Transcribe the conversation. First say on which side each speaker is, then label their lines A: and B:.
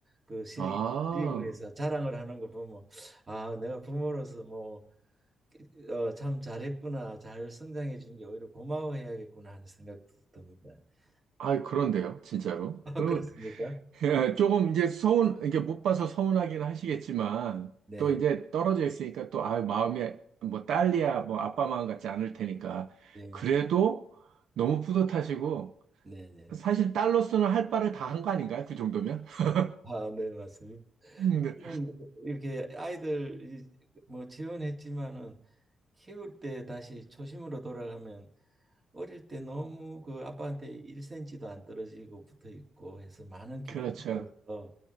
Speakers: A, on the right; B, on the right.
A: 그 시리-
B: 아.
A: 시리그에서 자랑을 하는 거 보면 아 내가 부모로서 뭐 어, 참 잘했구나 잘 성장해 준 게 오히려 고마워해야겠구나 하는 생각도 듭니다. <laughs>
B: 아, 그런데요, 진짜로.
A: 아
B: 그리고
A: 그렇습니까?
B: <laughs> 조금 이제 서운, 이게 못 봐서 서운하긴 하시겠지만,
A: 네,
B: 또 이제 떨어져 있으니까 또, 아, 마음이 뭐 딸이야, 뭐 아빠 마음 같지 않을 테니까.
A: 네,
B: 그래도 너무 뿌듯하시고,
A: 네, 네.
B: 사실 딸로서는 할 바를 다 한 거 아닌가요? 그 정도면? <laughs>
A: 아, 네, 맞습니다.
B: 네.
A: 지금 이렇게 아이들 이- 뭐 지원했지만은 키울 때 다시 초심으로 돌아가면 어릴 때 너무 그 아빠한테 1cm도 안 떨어지고 붙어 있고 해서 많은 기쁨을
B: 그렇죠.
A: 얻어서